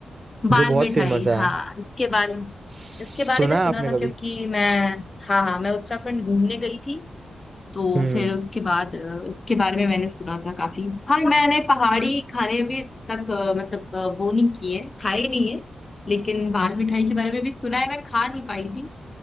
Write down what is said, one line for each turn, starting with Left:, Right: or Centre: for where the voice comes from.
Left: बाल
Right: जो बहुत
Left: मिठाई
Right: फेमस है
Left: हाँ इसके बारे में
Right: सुना
Left: इसके बारे में सुना
Right: है आपने
Left: था
Right: कभी
Left: क्योंकि मैं हाँ हाँ मैं उत्तराखंड घूमने गई थी तो
Right: हम्म
Left: फिर उसके बाद अ, इसके बारे में मैंने सुना था काफी हाँ मैंने पहाड़ी खाने भी तक अ, मतलब अ, वो नहीं किए खाए नहीं है लेकिन बाल मिठाई के बारे में भी सुना है मैं खा नहीं पाई थी